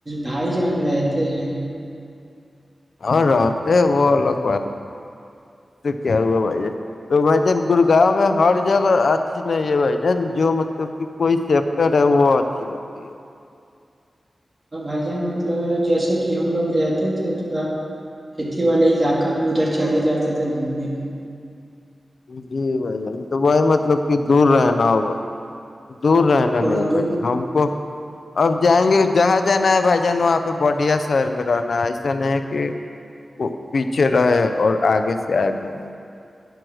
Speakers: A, on the right (about 30°); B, on the left (about 75°).
A: بھائی جان رہتے ہیں
B: اور رہتے وہ الگ بات سے کیا ہوا بھائی جان تو بھائی جان گڑگاؤں میں ہر جگہ اچھی نہیں ہے بھائی جان جو مطلب کہ کوئی سیپٹر ہے وہ اچھی ہوتی ہے
A: ہاں بھائی جان مطلب جیسے کہ ہم لوگ رہتے تھے تھوڑا اتی والے علاقہ میں ادھر چلے جاتے تھے گھومنے پھرنے
B: جی بھائی ہم تو وہی مطلب کہ دور رہنا ہوگا دور
A: ہاں
B: رہنا
A: تھوڑا
B: نہیں
A: دور
B: بھ جن ہم کو اب جائیں گے جہاں جانا ہے بھائی جان وہاں پہ بڈیا شہر میں رہنا ہے ایسا نہیں ہے کہ وہ پیچھے رہے اور آگے سے آئے گھوم